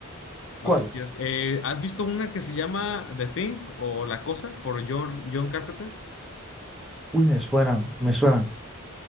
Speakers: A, in the centre; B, on the left (about 60°).
A: ¿Cuál?
B: No sé si quieres. eh, ¿has visto una que se llama The Thing o La Cosa por John, John Carpenter?
A: Uy, me suena, me suena.